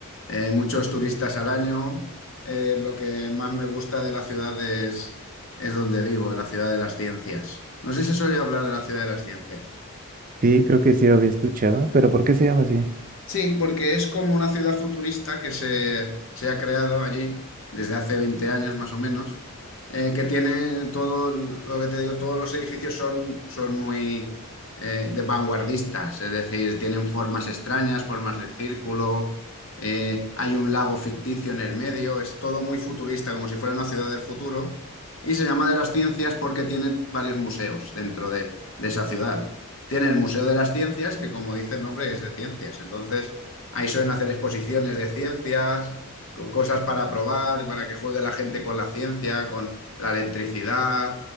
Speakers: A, on the left; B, on the right.
A: Eh, muchos turistas al año. Eh, lo que más me gusta de la ciudad es, es donde vivo, en la ciudad de las ciencias. No sé si se oye hablar de la ciudad de las ciencias.
B: Sí, creo que sí lo había escuchado, pero ¿por qué se llama así?
A: Sí, porque es como una ciudad futurista que se, se ha creado allí desde hace 20 años más o menos, eh, que tiene todo el- lo que te digo, todos los edificios son, son muy eh, de vanguardistas, es decir, tienen formas extrañas, formas de círculo, eh, hay un lago ficticio en el medio, es todo muy futurista, como si fuera una ciudad del futuro, y se llama de las ciencias porque tiene varios museos dentro de de esa ciudad. Tiene el Museo de las Ciencias, que como dice el nombre es de ciencias. Entonces, ahí suelen hacer exposiciones de ciencias, con cosas para probar, para que juegue la gente con la ciencia, con la electricidad.